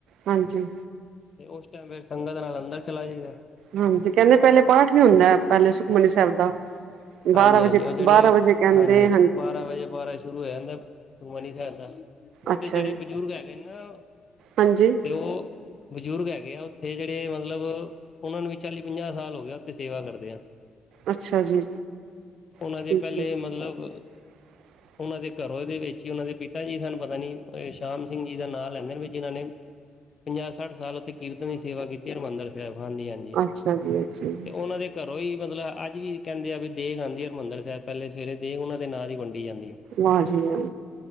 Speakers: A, on the right; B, on the left.
A: ਹਾਂਜੀ।
B: ਤੇ ਉਸ ਟਾਈਮ, ਫਿਰ ਸੰਗਤ ਦੇ ਨਾਲ ਅੰਦਰ ਚਲਾ ਜਾਇਦਾ।
A: ਹਾਂਜੀ ਕਹਿੰਦੇ ਪਹਿਲੇ ਪਾਠ ਵੀ ਹੁੰਦਾ, ਪਹਿਲੇ ਸੁਖਮਨੀ ਸਾਹਿਬ ਦਾ। ਬਾਰਾਂ
B: ਹਾਂਜੀ
A: ਵਜੇ
B: ਹਾਂਜੀ, ਉਹ ਜਿਹੜੇ
A: ਬਾਰਾਂ ਵਜੇ ਕਹਿੰਦੇ
B: ਹਾਂਜੀ ਬਾਰਾਂ ਵਜੇ ਬਾਰਾਂ ਸ਼ੁਰੂ ਹੋ ਜਾਂਦਾ ਸੁਖਮਨੀ ਸਾਹਿਬ ਦਾ। ਉਹ
A: ਅੱਛਾ
B: ਤੇ ਜਿਹੜੇ
A: ਜੀ
B: ਬਜ਼ੁਰਗ ਹੈਗੇ ਨਾ
A: ਹਾਂਜੀ।
B: ਤੇ ਉਹ ਬਜ਼ੁਰਗ ਹੈਗੇ ਆ ਉੱਥੇ ਜਿਹੜੇ ਮਤਲਬ, ਉਹਨਾਂ ਨੂੰ ਵੀ ਚਾਲੀ ਪੰਜਾਹ ਸਾਲ ਹੋ ਗਏ ਆ, ਉੱਥੇ ਸੇਵਾ ਕਰਦੇ ਆ।
A: ਅੱਛਾ ਜੀ
B: ਉਹਨਾਂ
A: ਠੀਕ
B: ਦੇ ਪਹਿਲੇ
A: ਹੈ
B: ਮਤਲਬ
A: <unintelligible>
B: ਉਹਨਾਂ ਦੇ ਘਰੋਂ ਦੇ ਵਿੱਚ ਹੀ ਉਹਨਾਂ ਦੇ ਪਿਤਾ ਜੀ ਸਨ ਪਤਾ ਨੀ ਸ਼ਾਮ ਸਿੰਘ ਜੀ ਦਾ ਨਾਂ ਲੈਂਦੇ ਨੇ, ਵੀ ਜਿਨਾਂ ਨੇ ਪੰਜਾਹ ਸੱਠ ਸਾਲ ਉੱਥੇ ਕੀਰਤਨ ਦੀ ਸੇਵਾ ਕੀਤੀ, ਹਰਿਮੰਦਰ ਸਾਹਿਬ, ਹਾਂਜੀ ਹਾਂਜੀ।
A: ਅੱਛਾ ਜੀ। ਜੀ
B: ਤੇ ਉਹਨਾਂ ਦੇ ਘਰੋਂ ਹੀ ਮਤਲਬ ਅੱਜ ਵੀ ਕਹਿੰਦੇ ਆ ਵੀ ਦੇਗ ਆਉਂਦੀ ਐ ਹਰਿਮੰਦਰ ਸਾਹਿਬ, ਪਹਿਲੇ ਸਵੇਰੇ ਦੇਗ ਉਹਨਾਂ ਦੇ ਨਾਂ ਦੀ ਵੰਡੀ ਜਾਂਦੀ ਹੈ।
A: ਹਾਂਜੀ ਹਾਂ।